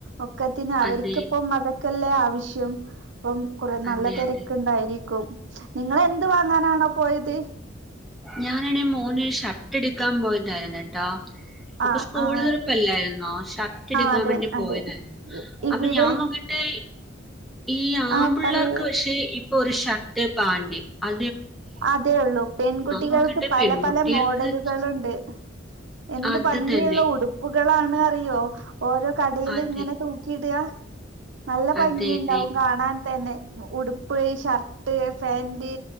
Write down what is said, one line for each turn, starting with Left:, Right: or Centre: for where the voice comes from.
Right: ഒക്കത്തിനും അവർക്ക്
Centre: അതെ
Right: ഇപ്പം അതൊ ക്കല്ലെ ആവിശ്യം അപ്പം കൊ നല്ല
Centre: അതെ
Right: തിരക്ക്
Centre: അതെ
Right: ഇണ്ടായിരി ക്കും നിങ്ങള് എന്ത്‌ വാങ്ങാനാണ് പോയത്
Centre: ഞാൻ ആണേ മോനൊര് ഷർട്ട്‌ എടുക്കാൻ പോയത് ആയിരുന്ന ട്ടോ അപ്പോ
Right: ആഹ്
Centre: സ്കൂൾ
Right: ആഹ്
Centre: തുറപ്പ് അല്ലാരുന്നോ ഷർട്ട് എടുക്കാൻ
Right: ആഹ് അതെ
Centre: വേണ്ടി പോയതാരുന്നു
Right: അതെ ഇ- ഇവിടെ
Centre: അപ്പോ ഞാൻ നോക്കീട്ട് ഈ ആമ്പുള്ളാർക്ക്
Right: ആഹ് പറയൂ
Centre: പക്ഷെ ഇപ്പൊ ഒരു ഷർട്ട്‌ പാ ൻ്റ് അ
Right: അതേയുള്ളു പെൺകുട്ടികൾക്ക്
Centre: നോക്കിട്ട്
Right: പല
Centre: പെൺകുട്ടികൾക്ക്
Right: പല മോഡലുകൾ ഉണ്ട് എന്ത്
Centre: അത്
Right: ഭംഗി
Centre: തന്നെ
Right: ഉള്ള ഉടുപ്പു ളാണ് അറിയോ ഓരോ കടയിലും
Centre: അതെ
Right: ഇങ്ങനെ തൂക്കി ഇടാ നല്ല ഭംഗി
Centre: അതെ അതെ
Right: ഇണ്ടാവും കാണാൻ അതന്നെ ഉടുപ്പ് ഷർട്ട്‌ ഫേന്റ്